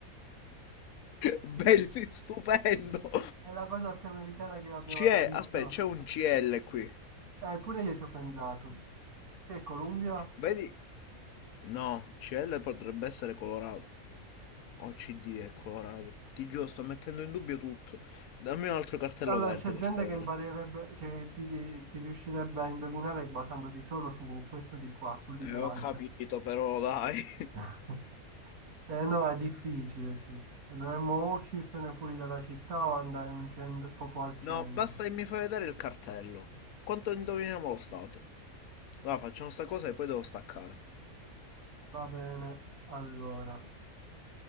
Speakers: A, on the left; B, on the right.
A: <laughs> Belli, stupendo!
B: È la cosa più americana che abbia
A: C'è,
B: mai visto.
A: aspetta, c'è un CL qui.
B: Eppure io ci ho pensato. Che è Colombia?
A: Vedi? No, CL potrebbe essere colorato. O CD è colorato. Ti giuro, sto mettendo in dubbio tutto. Dammi un altro cartello
B: Allora,
A: verde,
B: c'è gente
A: per favore.
B: che imparerebbe, cioè, ti, ti- ti riuscirebbe a indovinare basandosi solo su questo di qua, sull'idrante.
A: Eh, ho capito, però dai. <laughs>
B: <laughs> Eh no, è difficile, sì. E Dovremmo o uscircene fuori dalla città o andare in un centro, proprio al centro.
A: No, basta che mi fai vedere il cartello. Quanto indoviniamo lo stato? Allora facciamo sta cosa e poi devo staccare.
B: Va bene, allora,